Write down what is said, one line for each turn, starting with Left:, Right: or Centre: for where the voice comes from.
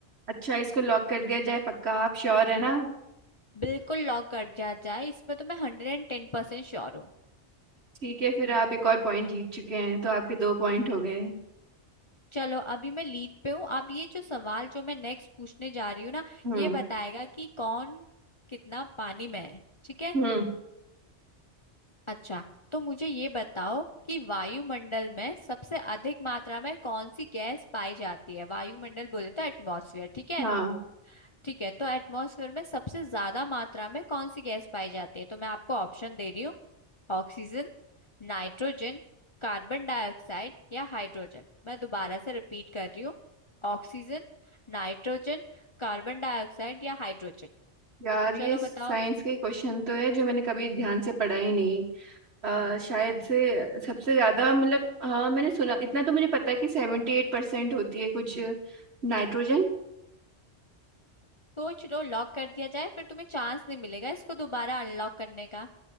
Right: अच्छा इसको लॉक कर दिया जाए पक्का आप श्योर है ना
Left: बिल्कुल लॉक कर दिया जाए इसमें तो मैं hundred and ten percent sure हूँ
Right: ठीक है फिर आप एक और पॉइंट जीत चुके हैं तो आपके दो पॉइंट हो गए
Left: चलो अभी मैं लीड पे हूँ अब ये जो सवाल जो मैं नेक्स्ट पूछने जा रही हूँ ना
Right: हम्म
Left: ये बताएगा कि कौन कितना पानी में है ठीक है
Right: हम्म
Left: अच्छा तो मुझे ये बताओ कि वायुमंडल में सबसे अधिक मात्रा में कौन सी गैस पाई जाती है वायुमंडल बोले तो एटमॉस्फेयर ठीक है
Right: हाँ
Left: ठीक है तो एटमॉस्फेयर में सबसे ज्यादा मात्रा में कौन सी गैस पाई जाती है तो मैं आपको ऑप्शन दे रही हूँ ऑक्सीजन नाइट्रोजन कार्बन डाइऑक्साइड या हाइड्रोजन मैं दोबारा से रिपीट कर रही हूँ ऑक्सीजन नाइट्रोजन कार्बन डाइऑक्साइड या हाइड्रोजन
Right: यार ये
Left: चलो
Right: साइंस
Left: बताओ
Right: के क्वेश्चन तो है जो मैंने कभी ध्यान से पढ़ा ही नहीं अ, शायद से सबसे ज्यादा मतलब हाँ मैंने सुना इतना तो मुझे पता है कि सेवेंटी एट परसेंट होती है कुछ नाइट्रोजन
Left: सोच लो लॉक कर दिया जाए फिर तुम्हें चांस नहीं मिलेगा इसको दोबारा अनलॉक करने का